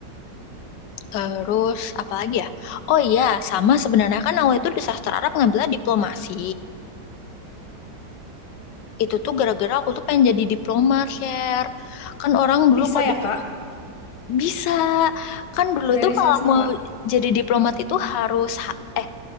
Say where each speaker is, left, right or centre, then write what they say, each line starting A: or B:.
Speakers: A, on the left; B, on the left.
A: Terus apa lagi ya? Oh iya, sama sebenarnya kan awal itu di sastra Arab ngambilnya diplomasi. Itu tuh gara-gara aku tuh pengen jadi diplomat, share. Kan orang dulu
B: Bisa
A: kalau
B: ya
A: jadi
B: Kak
A: bisa. Kan dulu
B: dari
A: tuh
B: sastra?
A: kalau mau jadi diplomat itu harus H- eh